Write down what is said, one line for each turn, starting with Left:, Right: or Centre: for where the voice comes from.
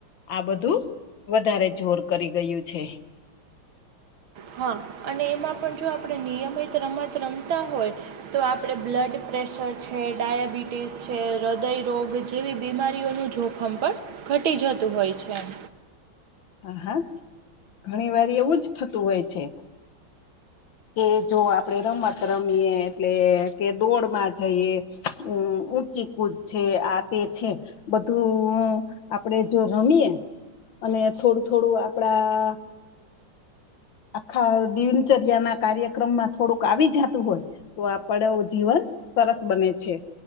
Left: આ બધું વધારે જોર કરી ગયું છે.
Right: હા. અને એમાં પણ જો આપણે નિયમિત રમત રમતા હોય તો આપણે બ્લડ પ્રેશર છે, ડાયાબિટીસ છે, હૃદયરોગ જેવી બીમારીઓનું જોખમ પણ ઘટી જતું હોય છે એમ.
Left: હા, હા. ઘણીવાર એવું જ થતું હોય છે. કે જો આપણેરમત રમીએ એટલે, કે દોડમાં જઈએ. ઊં ઊંચીકૂદ છે, આ તે છે. બધું આપણે જો રમીએે, અને થોડું-થોડું આપણાં આખા દિનચર્યાના કાર્યક્રમમાં થોડુંક આવી જાતું હોય. તો આપણે આવું જીવન સરસ બને છે.